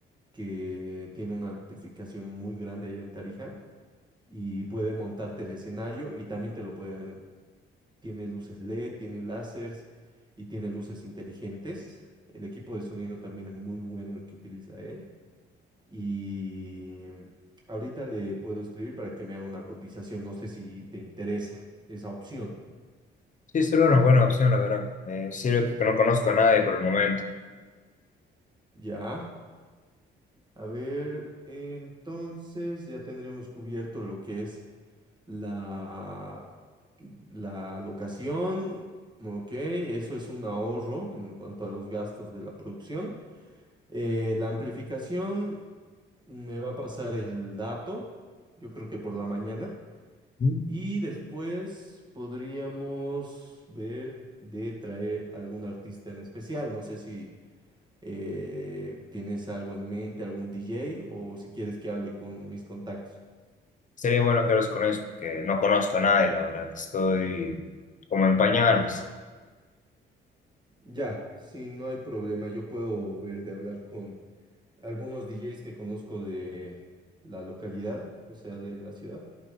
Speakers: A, on the right; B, on the left.
A: que tiene una amplificación muy grande allá en Tarija y puede montarte el escenario y también te lo puede tiene luces LED, tiene láseres y tiene luces inteligentes. El equipo de sonido también es muy bueno el que utiliza él. Y ahorita le puedo escribir para que me haga una cotización. No sé si te interesa esa opción.
B: Sí, sería una buena opción, la verdad. Me sirve porque no conozco a nadie por el momento.
A: Ya. A ver, entonces ya tendríamos cubierto lo que es la, la locación. Ok, eso es un ahorro en cuanto a los gastos de la producción. Eh, la amplificación Me va a pasar el dato, yo creo que por la mañana.
B: Ujú.
A: Y después podríamos ver de traer algún artista en especial. No sé si eh, tienes algo en mente, algún DJ o si quieres que hable con mis contactos.
B: Sería bueno que hables con ellos, porque no conozco a nadie, la verdad. Estoy como en pañales.
A: Ya, si no hay problema, yo puedo ver de hablar con algunos DJs que conozco de la localidad, o sea, de la ciudad.